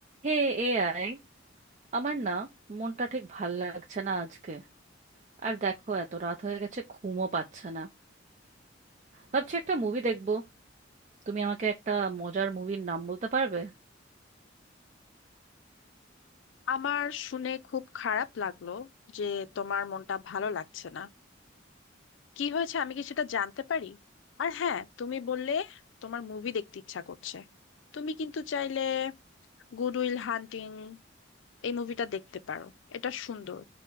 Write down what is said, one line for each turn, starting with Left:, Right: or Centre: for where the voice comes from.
Right: হে এআই আমার না মনটা ঠিক ভাল লাগছে না আজকে আর দেখো এত রাত হয়ে গেছে ঘুমও পাচ্ছে না ভাবছি একটা মুভি দেখবো তুমি আমাকে একটা মজার মুভির নাম বলতে পারবে
Left: আমার শুনে খুব খারাপ লাগলো যে তোমার মনটা ভালো লাগছে না কি হয়েছে আমি কি সেটা জানতে পারি আর হ্যাঁ তুমি বললে তোমার মুভি দেখতে ইচ্ছা করছে তুমি কিন্তু চাইলে গুড উইল হান্টিং এই মুভিটা দেখতে পারো এটা সুন্দর